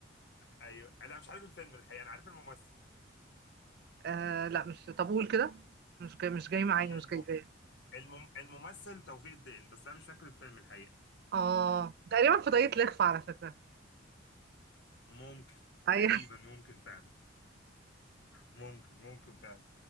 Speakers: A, on the left; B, on the right.
A: ايوه لا مش عارف الفيلم الحقيقه انا عارف الممثل
B: آه لا مش طب قول كده مش جاي مش جاي معايا
A: ال- ال- الم...
B: مش جاي جاي
A: الم... الممثل توفيق الدقن بس انا مش فاكر الفيلم الحقيقه
B: اه تقريبا في طريقة لخفة على فكرة
A: ممكن
B: ايوه
A: تقريبا ممكن فعلا ممكن ممكن فعلا